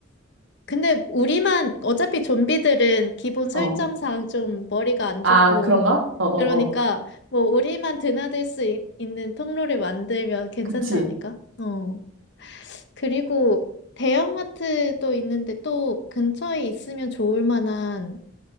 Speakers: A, on the left (about 60°); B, on the right (about 85°).
A: 근데 우리만 어차피 좀비들은 기본 설정상
B: 어.
A: 좀 머리가 안
B: 아,
A: 좋고
B: 그런가? 어, 어,
A: 그러니까
B: 어.
A: 뭐 우리만 드나들 수 있, 는 통로를 만들면 괜찮지
B: 그치.
A: 않을까? 어. 그리고 대형마트도 있는데 또 근처에 있으면 좋을 만한